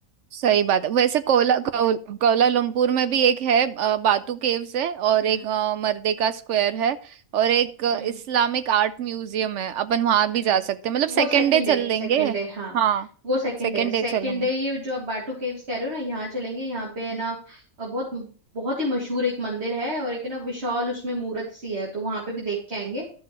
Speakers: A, on the right (about 70°); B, on the right (about 50°).
A: सही बात है वैसे कोला कोल- कोलालमपुर में भी एक है अ, बातू केव्स है और
B: हम्म
A: एक अ, मर्देका स्क्वायर है और एक अ,
B: हम्म
A: इस्लामिक आर्ट म्यूजियम है अपन वहां
B: हम्म
A: भी जा सकते हैं मतलब
B: वो
A: सेकेंड
B: सेकंड
A: डे चल
B: डे सेकंड
A: लेंगे
B: डे हाँ
A: हाँ
B: वो सेकंड
A: सेकेंड
B: डे सेकंड
A: डे चलेंगे
B: डे ये जो आप बाटू केव्स कह रहे हो ना यहाँ चलेंगे यहाँ पे है
A: हम्म,
B: ना अ, बहुत बहुत ही मशहूर एक मंदिर है और एक है ना विशाल उसमें मूर्त सी है तो वहां पे भी देख के आएंगे